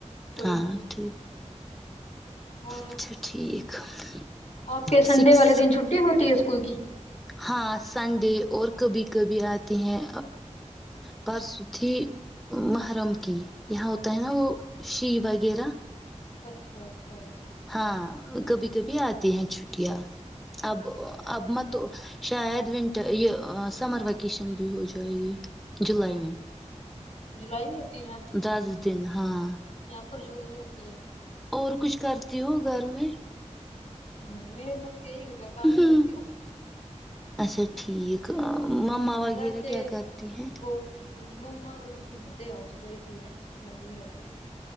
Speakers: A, on the left (about 70°); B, in the centre.
A: کوئی
B: ہاں ٹھیک
A: اور
B: اچھا ٹھیک <inaudible>
A: آپ کے سنڈے
B: سکس
A: والے دن چھٹی ہوتی ہے اس کلکی
B: ہاں سنڈے اور کبھی کبھی آتے ہیں پرس تھی محرم کی یہاں ہوتا ہے نا وہ شی وغیرہ
A: اچھا اچھا
B: ہاں کبھی کبھی آتی ہیں چھٹیاں اب اب م تو شاید ونٹر یہ سمر ویکیشن بھی ہو جائے گی جولائی میں
A: جولائی میں ہوتی ہے
B: دس دن ہاں
A: پرجنی میں ہوتی ہے
B: اور کچھ کرتی ہو گھر میں
A: گھر میں بس یہی گھر کا کام نہیں
B: ہ
A: کرتی ہوں
B: اچھا ٹھیک مما وغیرہ
A: ویسے
B: کیا کرتی ہیں
A: وہ مما تو کچھ نہیں کرتے ہاؤس وائف ہی ہے گھر میں رہتے ہیں